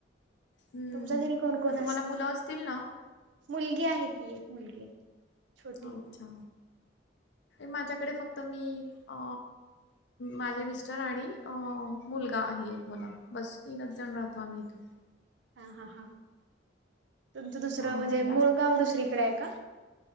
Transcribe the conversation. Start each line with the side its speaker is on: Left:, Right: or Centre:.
Left: हं.
Right: तुमचा घरी कोण कोण
Left: मग तुम्हाला
Right: अस
Left: मुलं असतील ना?
Right: मुलगी आहे की एक मुलगी. छोटी आहे
Left: अच्छा!
Right: ती
Left: माझ्याकडे फक्त मी अ माझे मिस्टर आणि अ मुलगा आहे एक मला बस तीनच जण राहतो आम्ही इथून.
Right: हां हां हां, तुमचं दुसरं
Left: हां,
Right: म्हणजे मूळ गाव दुसरीकडे आहे का?